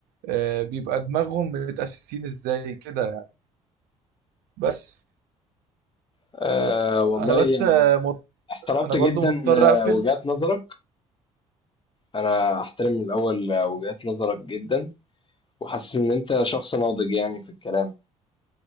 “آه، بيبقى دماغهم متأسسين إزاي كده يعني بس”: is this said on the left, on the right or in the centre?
Right